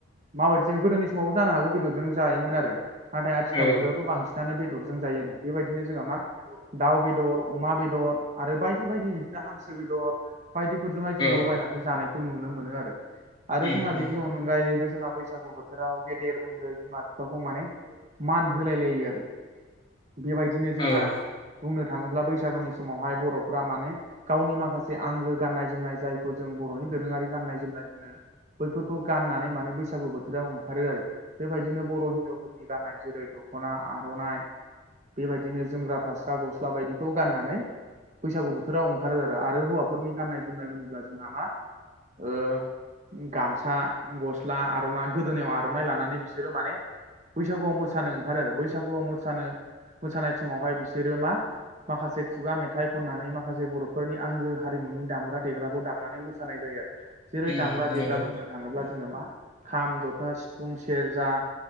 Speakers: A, on the right; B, on the left.
A: माबायदि गोदोनि समावबो जानो हागौ बेदरजों जायोमोन आरो। नाथाय आथिखाल
B: औ
A: मुगायावथ' बांसिन नो बेदरजों जायो आरो। बेबायदिनो जोंहा मा दाउ बेदर अमा बेदर आरो बायदि बायदि बिदिनो हांसो बेदर बाय जायनानै
B: औ
A: जानाय नुनो मोनो आरो
B: उम
A: जोंहा बेनि
B: उम
A: अनगायै अनगायैबो जोंहा बैसागु बोथोराव गेदेर उन्दै बिमा बिफाखौ माने मान होलाय लायो आरो। बेबायदिनो जोंहा
B: औ औ
A: बुंनो थाङोब्ला बैसागुनि समावहाय बर'फ्रा माने गावनि माखासे आंगो गाननाय जोमनाय जायखौ जों बर'नि दोरोङारि गाननाय जोमनाय होनो। बैफोरखौ गाननानै माने बैसागु बोथोराव ओंखारो आरो। बेबायदिनो बर' हिन्जावफोरा नि गाननाय जेरै दखना आर'नाइ बेबायदिनो जोमग्रा फारस गस्ला गस्ला बायदिखौ गाननानै बैसागु बोथोराव ओंखारो आरो आरो हौवा खरफोरनि गाननाय जोमनाय होनोब्ला जोंहा मा ओ गामसा गस्ला आर'नाइ गोदोनायाव आर'नाइ लानानै बिसोरो माने बैसागुआव मोसानो ओंखारो आरो बैसागुआव मोसानो मोसानाय समावहाय बिसोरो मा माखासे खुगा मेथाइ खननानै माखासे बर'फोरनि आंगो हारि मुनि दामग्रा देग्राखौ दामनानै मोसानाय जायो आरो। जेरै
B: उम
A: दामग्रा
B: नंगौ
A: देग्रा बुंनो थाङोब्ला जोङो मा खाम, जथा, सिफुं, सेरजा